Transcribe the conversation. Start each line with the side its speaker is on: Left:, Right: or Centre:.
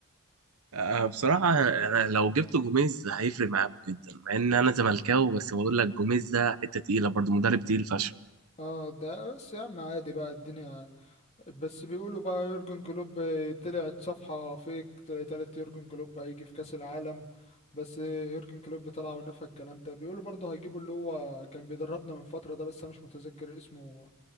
Right: أه بصراحة أنا لو جبت جوميز هيفرق معاكم جدا مع إن أنا زملكاوي بس بقول لك جوميز ده حتة تقيلة برضه مدرب تقيل فشخ
Left: اه ده بس يا عم عادي بقى الدنيا بس بيقولوا بقى يورجن كلوب طلعت صفحة فيك طلعت يورجن كلوب هيجي في كأس العالم بس يورجن كلوب طلع ونفى الكلام ده بيقولوا برضه هيجيبوا اللي هو كان بيدربنا من فترة ده بس أنا مش متذكر اسمه